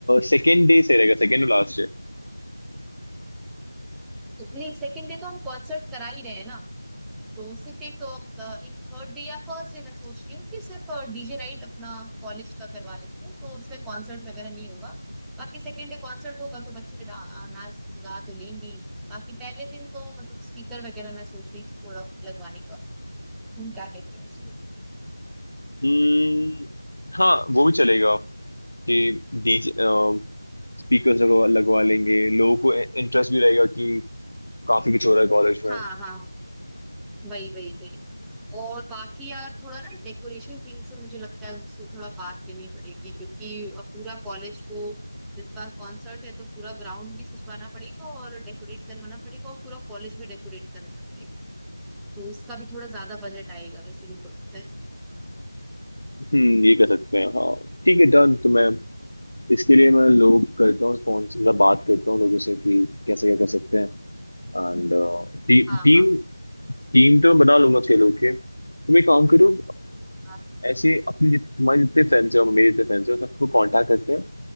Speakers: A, on the left (about 80°); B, in the centre.
A: सेकेंड डे से रहेगा सेकेंड और लास्ट
B: तो नहीं सेकंड डे तो हम कॉन्सर्ट करा ही रहे हैं ना तो सिर्फ एक अ, एक थर्ड डे या फर्स्ट डे मैं सोच रही हूँ कि सिर्फ डीजे नाइट अपना कॉलेज का करवा लेती हूँ तो उसमें कॉन्सर्ट वगैरह नहीं होगा बाकी सेकेंड डे कॉन्सर्ट होगा तो बच्चे डा- अ, नाच गा तो लेंगे ही। बाकी पहले दिन तो मतलब स्पीकर वगैरह मैं सोच रही थी थोड़ा लगवाने का तुम क्या कहते हो
A: हम्म, हाँ वो भी चलेगा कि डीजे स्पीकर्स लगवा लगवा लेंगे लोगों को इंटरेस्ट भी रहेगा कि काफी कुछ हो रहा है कॉलेज में
B: हाँ हाँ वही वही वही और बाकी यार थोड़ा ना डेकोरेशन टीम से मुझे लगता है उससे थोड़ा बात करनी पड़ेगी क्योंकि अब पूरा कॉलेज को इस बार कॉन्सर्ट है तो पूरा ग्राउंड भी सजवाना पड़ेगा और डेकोरेट करवाना पड़ेगा और पूरा कॉलेज भी डेकोरेट करवाना पड़ेगा तो उसका भी थोड़ा ज्यादा बजट आएगा वैसे भी थोड़ा
A: हम्म ये कर सकते हैं हाँ ठीक है डन तो मैं इसके लिए मैं लोग करता हूँ स्पॉन्सर मतलब बात करता हूँ लोगों से कि कैसे क्या कर सकते हैं एंड टी,
B: हाँ
A: टीम टीम तो मैं बना लूंगा छह लोग के तुम एक काम करो
B: हाँ
A: अ, ऐसे अपने जित- तुम्हारे जितने फ्रेंड्स हो मेरे जितने फ्रेंड्स हो सबको कांटेक्ट करते हैं